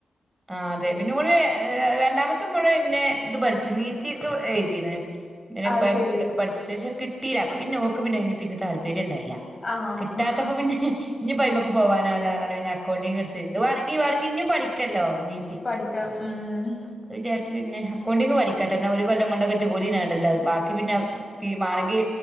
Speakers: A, on the right; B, on the left.
A: ആഹ് അതെ പിന്നെ ഓള് ഏഹ് രണ്ടാമത് ത്ത്മ്മള് പിന്നെ ത് പഠ്ച്ച് നീറ്റിക്കാെ എഴ്തീണ് <unintelligible> ഇതൊക്കെ
B: അത് ശരി
A: പഠ്ച്ച്ട്ട് പക്ഷെ കി ട്ടീലാ അപ്പ പിന്നെ ഓക്ക് പിന്നെ അയ്ന് പിന്നെ താല്പര്യണ്ടായീലാ
B: ആഹ്
A: കിട്ടാത്തപ്പ പിന്നെ ഇഞ്ഞ്പ്പയ്മക്ക് പോവാനാവൂലാർഞ്ഞാണ്ട് പിന്നെ അക്കൗണ്ടിങ്ങ്ട്ത്ത് ഇത് വാണെങ്കി വാണെങ്കി ഇഞ്ഞും പഠിക്കല്ലോ നീ
B: പഠിക്കാം ആഹ്
A: വിചാര്ച്ച് പിന്നെ അക്കൗണ്ടിങ് പഠിക്കട്ടെ എന്നാ ഒര് കൊല്ലം കൊണ്ടൊക്കെ ജോലി നേടല്ലോ ബാ ക്കി പിന്നെ തീ മാണെങ്കി